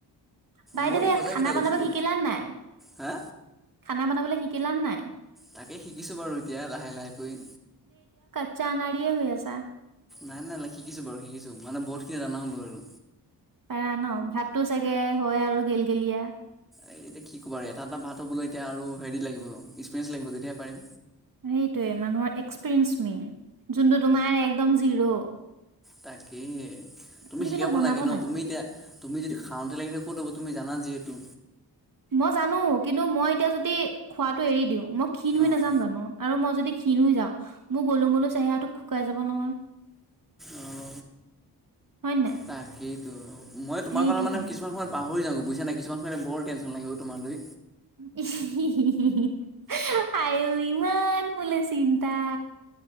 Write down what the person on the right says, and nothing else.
বাইদাৱে,
খানা
বনাব
শিকিলা নে নাই?
খানা বনাবলৈ শিকিলানে নাই?
চানাৰীয়ে হৈ আছা।
পাৰা ন ভাতটো চাগে হয় আৰু গেল গেলিআ।
সেইটোয়ে মানুহৰ এক্সপিৰিয়েঞ্চ মেইন যোনটো তোমাৰ একদম জিৰ।
এইবিলাক
বনাব
মই জানো কিন্তু মই এতিয়া যদি খোৱাটো এৰি দিওঁ। মই ক্ষীণ হৈ
নাযাম জানো আৰু মই যদি ক্ষীণ হৈ যাও মই গ'লো মোলু চেহেৰাটো শুকাই যাব নহয়।
হয় নাই
সেইটো
কাৰণে
ইহ হি হি হি আঐ ইমান মোলে চিন্তা।